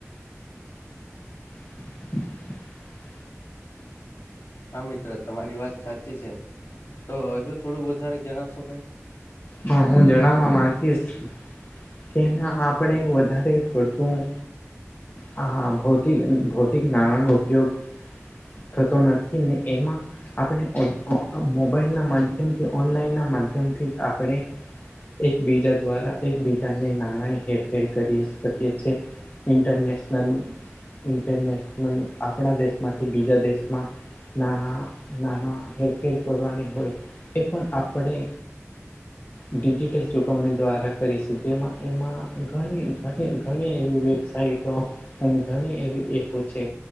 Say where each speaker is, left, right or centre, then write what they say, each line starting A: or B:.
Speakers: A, on the left; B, on the left.
A: <inaudible>
B: હા મિત્ર તમારી વાત સાચી છે. તો હજુ થોડું વધારે જણાવશો કઈ
A: હા. હું જણાવવા માંગીશ કે આપણે વધારે પડતું હ ભૌત ભૌતિક નાણાંનો ઉપયોગ થતો નથી ને એમાં આપણે મોબાઈલના માધ્યમથી ઓનલાઈનના માધ્યમથી આપણે - એકબીજા દ્વારા એકબીજાને નાણાની હેરફેર કરી શકીએ છે. ઇન્ટરનેશનલ ઇન્ટરનેશનલ આપણા દેશમાંથી બીજા દેશમાં નાણા નાણાં હેરફેર કરવાની હોય એ પણ આપણે ડિજિટલ ચુકવણી દ્વારા કરી છે. જેમાં એમાં ઘણી ઘણી એવી <unintelligible> ઘણી એ છે.